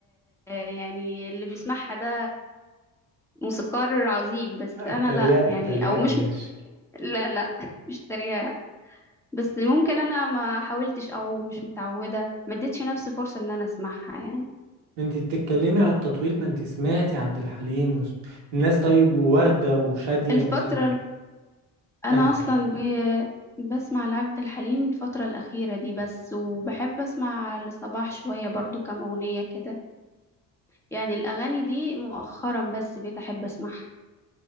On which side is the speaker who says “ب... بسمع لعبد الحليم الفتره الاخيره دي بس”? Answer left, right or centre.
Centre